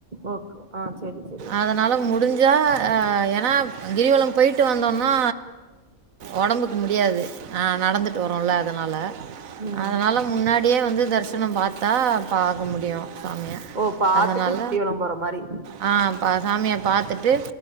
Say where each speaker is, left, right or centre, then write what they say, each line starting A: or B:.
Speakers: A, on the right; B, on the right.
A: ஓக் ஆ செரி செரி
B: அதனால முடிஞ்சா அ ஏனா கிரிவலம் போயிட்டு வந்தோன்னா ஒடம்புக்கு முடியாது ஆ நடந்துட்டு வரோல அதனால
A: ம்
B: அதனால முன்னாட் டியே வந்து தரிசனோ பாத்தா பாக்க முடியு சாமிய
A: ஓ பாத்துட்டு
B: அதனால
A: கிரிவலம் போற மாரி
B: ஆ ப சாமிய பாத்துட்டு